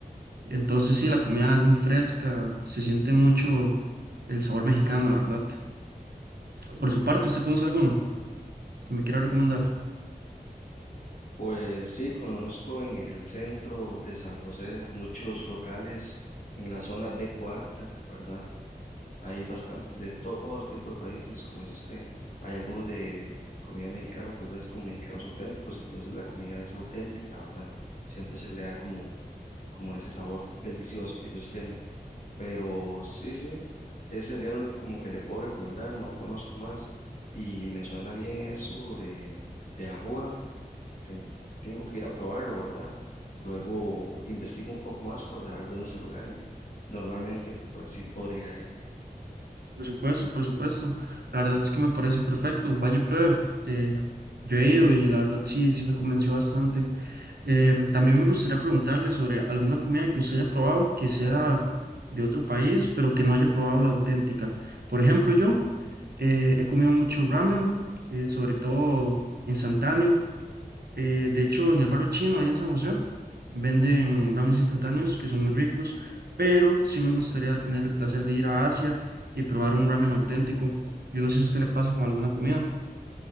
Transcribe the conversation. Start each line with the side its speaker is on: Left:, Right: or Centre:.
Right: Entonces sí, la comida es muy fresca, se siente mucho el sabor mexicano, la verdad. Por su parte, ¿usted conoce alguno que me quiera recomendar?
Left: Pues sí, conozco en el centro de San José muchos locales en la zona B cuarta, ¿verdad? Hay bastante de todo tipo de países, como dice usted. Hay algunos de comida mexicana, tal vez con mexicanos auténticos, entonces la comida es auténtica, ¿verdad? Siempre se le da como, como ese sabor delicioso que ellos tienen. Pero sí, sí, ese sería el único como que le puedo recomendar, no conozco más y me suena bien eso de, de ajuar. Ten- tengo que ir a probarlo, ¿verdad? Luego investigo un poco más para saber dónde es el lugar y normalmente pues sí podría ir.
Right: Por supuesto, por supuesto. La verdad es que me parece perfecto. Vaya y pruebe. Eh, yo he ido y la verdad sí, sí me convenció bastante. Em, también me gustaría preguntarle sobre alguna comida que usted haya probado que sea de otro país, pero que no haya probado la auténtica. Por ejemplo, yo eh, he comido mucho ramen, eh, sobre todo instantáneo. Eh, de hecho, en el barrio chino, ahí en San José, venden ramen instantáneos que son muy ricos, pero sí me gustaría tener el placer de ir a Asia y probar un ramen auténtico. Yo no sé si a usted le pasa con alguna comida.